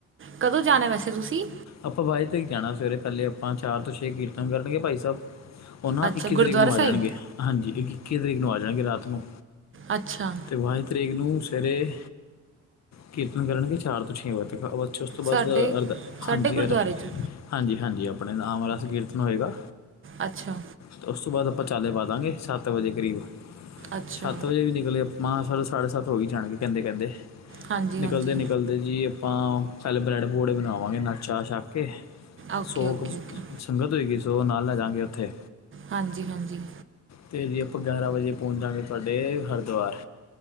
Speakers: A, on the right; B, on the left.
A: ਕਦੋਂ ਜਾਣਾ ਵੈਸੇ ਤੁਸੀਂ?
B: ਆਪਾਂ ਬਾਈ ਤਰੀਕ ਜਾਣਾ ਸਵੇਰੇ ਪੈਲੇ ਆਪਾਂ ਚਾਰ ਤੋਂ ਛੇ ਕੀਰਤਨ ਕਰਨਗੇ ਭਾਈ ਸਾਬ ਓ ਨਾ
A: ਅੱਛਾ
B: ਇੱਕੀ ਤਰੀਕ
A: ਗੁਰਦੁਆਰਾ
B: ਨੂੰ
A: ਸਾਹਿਬ
B: ਆ ਜਾਣਗੇ ਹਾਂਜੀ ਇੱਕ ਇੱਕੀ ਤਰੀਕ ਨੂੰ ਆ ਜਾਣਗੇ ਰਾਤ ਨੂੰ।
A: ਅੱਛਾ।
B: ਤੇ ਪੰਜ ਤਰੀਕ ਨੂੰ ਸਵੇਰੇ ਕੀਰਤਨ ਕਰਨਗੇ ਚਾਰ ਤੋਂ ਛੇ ਵਜੇ ਤੱਕ <unintelligible> ਉਸ ਤੋਂ ਬਾਅਦ
A: ਸਾਡੇ
B: ਅਰ
A: ਸਾਡੇ
B: ਹਾਂਜੀ
A: ਗੁਰਦੁਆਰੇ
B: ਅਰ
A: 'ਚ
B: ਹਾਂਜੀ-ਹਾਂਜੀ ਆਪਣੇ ਨਾਮ ਆ ਰਸ ਕੀਰਤਨ ਹੋਏਗਾ।
A: ਅੱਛਾ।
B: ਤੇ ਉਸ ਤੋਂ ਬਾਅਦ ਆਪਾਂ ਚਾਲੇ ਪਾ ਦਾਂਗੇ ਸੱਤ ਵਜੇ ਕਰੀਬ
A: ਅੱਛਾ
B: ਸੱਤ ਵਜੇ ਵੀ ਨਿਕਲੇ ਮਾਨ ਸਰ ਸਾਢੇ ਸੱਤ ਹੋ ਈ ਜਾਣਗੇ ਕੈੰਦੇ-ਕੈੰਦੇ,
A: ਹਾਂਜੀ
B: ਨਿਕਲਦੇ-
A: ਹਾਂਜੀ
B: ਨਿਕਲਦੇ ਜੀ ਆਪਾਂ ਪੈਲੇ ਬਰੈਡ ਪਕੋੜੇ ਬਣਾਵਾਂਗੇ ਨਾਲ ਚਾ ਛੱਕ ਕੇ
A: ਓਕੇ
B: ਸੋਕ
A: ਓਕੇ ਓਕੇ
B: ਸੰਗਤ ਹੋਏਗੀ ਸਗੋ ਨਾਲ ਲੈ ਜਾਾਂਗੇ ਓੱਥੇ।
A: ਹਾਂਜੀ-ਹਾਂਜੀ।
B: ਤੇ ਜੀ ਆਪਾਂ ਗਿਆਰਾਂ ਵਜੇ ਪਹੁੰਚਾਂਗੇ ਤੁਆਡੇ ਹਰਦਵਾਰ